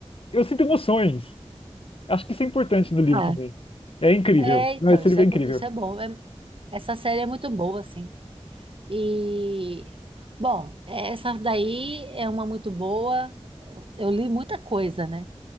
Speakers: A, on the left; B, on the right.
A: Eu sinto emoções. Acho que isso é importante no livro
B: Ah,
A: também. É incrível.
B: é, então,
A: Não, esse
B: isso
A: livro
B: é,
A: é
B: bo-
A: incrível.
B: isso é bom. É- essa série é muito boa, assim. E, bom, essa daí é uma muito boa. Eu li muita coisa, né?